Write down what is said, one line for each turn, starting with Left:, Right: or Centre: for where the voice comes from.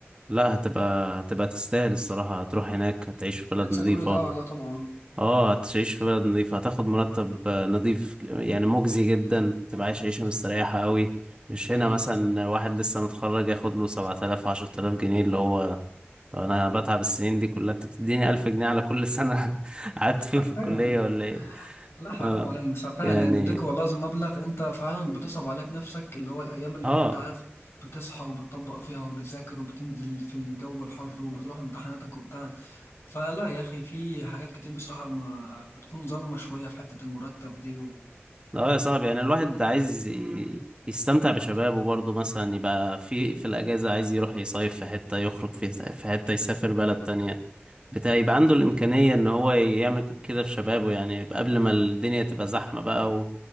Right: لا هتبقى هتبقى تستاهل الصراحة هتروح هناك هتعيش في بلد
Left: ننسى
Right: نظيفة
Left: كل تاور ده طبعا
Right: اه هتعيش في بلد نظيفة هتاخد مرتب آه، نظيف يعني مجزي جدا تبقى عايش عيشة مستريحة قوي مش هنا
Left: اكيد
Right: مثلا
Left: طبعا
Right: واحد لسه متخرج ياخد له 7000 10000 جنيه اللي هو طب انا بتعب السنين دي كلها انت بتديني الف جنيه على كل سنة <laughs> قعدت فين
Left: حرفيا
Right: في الكلية ولا ايه
Left: لا حرام
Right: اه
Left: عليهم بس فعلا
Right: يعني
Left: يعني بيديك والله لازم مبلغ انت فعلا بتصعب عليك نفسك اللي هو الايام اللي
Right: اه
Left: كنت عارف بتصحى وبتطبق فيها وبتذاكر وبتنزل في الجو الحر وبتروح امتحاناتك وبتاع فلا يا اخي في حاجات كتير بصراحة ما بتكون ظالمة شوية في حتة المرتب دي و...
Right: اه يا صاحبي يعني الواحد عايز ي- يستمتع بشبابه برضه مثلا يبقى في في الأجازة عايز يروح يصيف في حتة يخرج في في حتة يسافر بلد تانية بتاع يبقى عنده
Left: اكيد
Right: الإمكانية
Left: طبعا
Right: إن هو يعمل كده في شبابه يعني يبقى قبل ما الدنيا تبقى زحمة بقى و...